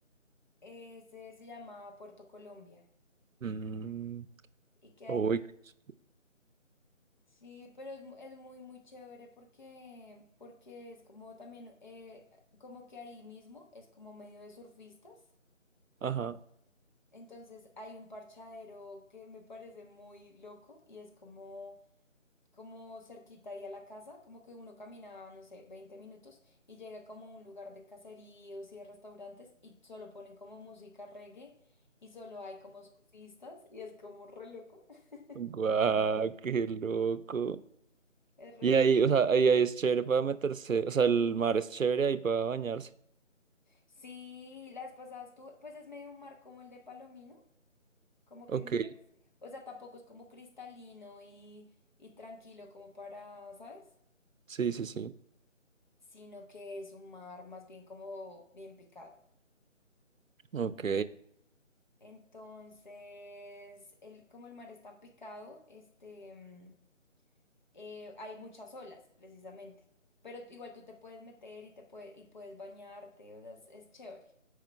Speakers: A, on the left; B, on the right.
A: ese se llama Puerto Colombia
B: Mm,
A: y que hay
B: uy, qué ch-
A: Sí, pero es, mu- es muy, muy chévere porque, porque es como también, eh, como que ahí mismo es como medio de surfistas.
B: Ajá.
A: Entonces hay un parchadero que me parece muy loco y es como, como cerquita ahí a la casa, como que uno camina, no sé, 20 minutos y llega como a un lugar de caseríos y de restaurantes y solo ponen como música reggae y solo hay como surfistas y es como re loco. <laughs>
B: Guau, qué loco.
A: Es re
B: Y ahí, o sea, ahí, ahí es chévere para meterse. O sea, el mar es chévere ahí para bañarse.
A: Sí, la vez pasada estuve, pues es medio un mar como el de Palomino, como
B: Ok,
A: que no es, o sea, tampoco es como cristalino y, y tranquilo como para, ¿sabes?
B: sí, sí, sí.
A: Sino que es un mar más bien como bien picado.
B: Ok.
A: Entonces, el, como el mar es tan picado, este, mm, eh, hay muchas olas, precisamente. Pero igual tú te puedes meter y te puede, y puedes bañarte, o sea, es, es chévere.